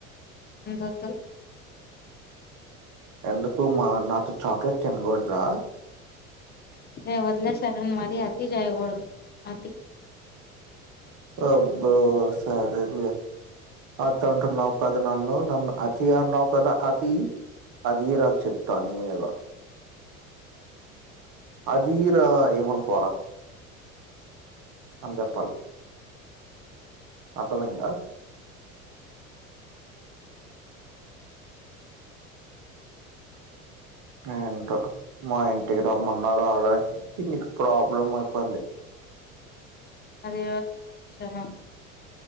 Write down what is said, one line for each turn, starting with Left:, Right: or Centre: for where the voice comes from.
Left: ఇంకొద్దు
Right: ఎందుకు మా నాతో చాక్లెట్ తినకూడదా.
Left: అదే వదిలేశార్రన్ మరీ అతి చేయకూడదు. అతి
Right: అబ్బో సరేలే. అతి అంటున్నావు కదా నన్ను. నన్ను అతీ అన్నావు కదా అతీ. అదీరాకు చెప్తా నీ మీద. అదీ ఆ ఇవ్వను పోరా. అని చెప్పాలి. అర్ధమైందా ఏంటో మా ఇంటికి రమ్మన్నా రావడానికి నీకు ప్రాబ్లం అయిపోయింది
Left: మరివచ్చనం